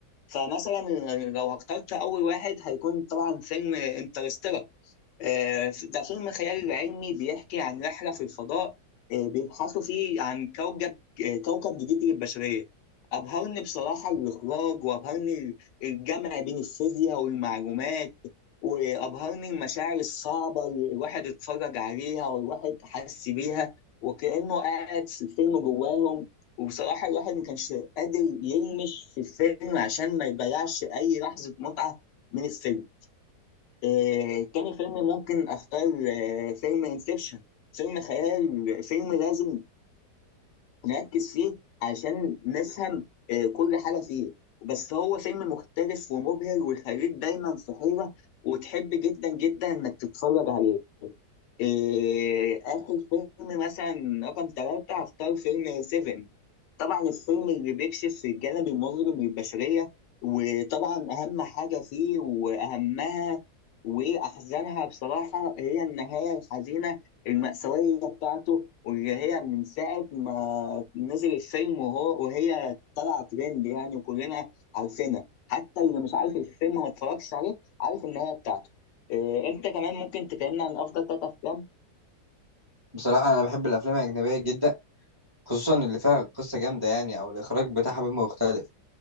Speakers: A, on the left; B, on the right.
A: فمثلا لو اخترت أول واحد هيكون طبعا فيلم انترستيلر آه، ده فيلم خيال علمي بيحكي عن رحلة في الفضاء آه، بيبحثوا فيه عن كوكب آه، كوكب جديد للبشرية أبهرني بصراحة الإخراج وأبهرني الجمع بين الفيزياء والمعلومات وأبهرني المشاعر الصعبة اللي الواحد اتفرج عليها والواحد حس بيها وكأنه قاعد في الفيلم جواهم وبصراحة الواحد ما كانش قادر يلمش في الفيلم عشان ما يضيعش أي لحظة متعة من الفيلم. آه، تاني فيلم ممكن اختار آه، فيلم انسبشن فيلم خيال فيلم لازم نركز فيه عشان نفهم آه، كل حاجة فيه بس هو فيلم مختلف ومبهر ويخليك دايما في حيرة وتحب جدا جدا انك تتفرج عليه آه، اخر فيلم مثلا رقم ثلاثة هختار فيلم سيفن طبعا الفيلم اللي بيكشف الجانب المظلم للبشرية وطبعا أهم حاجة فيه وأهمها وأحزنها بصراحة هي النهاية الحزينة المأساوية بتاعته واللي هي من ساعة ما نزل الفيلم وهو وهي طلع ترند يعني وكلنا عارفينها حتى اللي مش عارف الفيلم ما اتفرجش عليه عارف النهاية بتاعته إيه، أنت كمان ممكن تكلمنا عن أفضل ثلاث أفلام
B: بصراحة أنا بحب الأفلام الأجنبية جدا خصوصا اللي فيها قصة جامدة يعني أو الإخراج بتاعها بيبقى مختلف